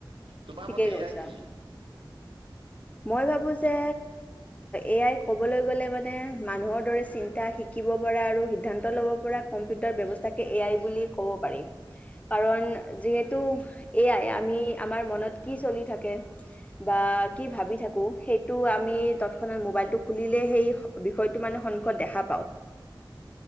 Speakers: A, on the right; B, on the left.
A: তোমাৰ
B: ঠিকেই
A: মতে
B: কৈছা।
A: এ আই কি?
B: মই ভাবোঁ যে, এ আই ক'বলৈ গ'লে মানে মানুহৰ দৰে চিন্তা শিকিব পৰা আৰু সিদ্ধান্ত ল'ব পৰা কম্পিউটাৰ ব্যৱস্থাকে এ আই বুলি ক'ব পাৰি। কাৰণ যিহেতু এয়াই আমি আমাৰ মনত কি চলি থাকে। বা কি ভাবি থাকোঁ সেইটো আমি তৎক্ষণাত মোবাইলটো খুলিলে সেই বিষয়টো মানে সন্মুখত দেখা পাওঁ।